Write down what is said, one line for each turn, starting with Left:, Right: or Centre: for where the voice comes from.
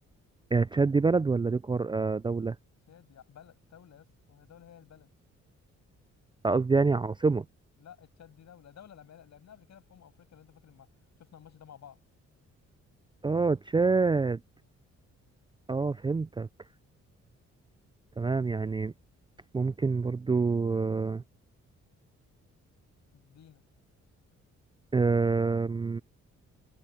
Right: يا تشاد دي بلد ولا دي قار آه، دولة
Left: تشاد يا بلد دولة يا اسطى هي دولة هي البلد
Right: قصدي يعني عاصمة
Left: لا تشاد دي دولة دولة لعبنا- لعبناها قبل كده في أمم أفريقيا لو أنت فاكر ما شفنا الماتش ده مع بعض
Right: اه تشاد اه فهمتك تمام يعني ممكن برضو آه،
Left: ادينا
Right: آم،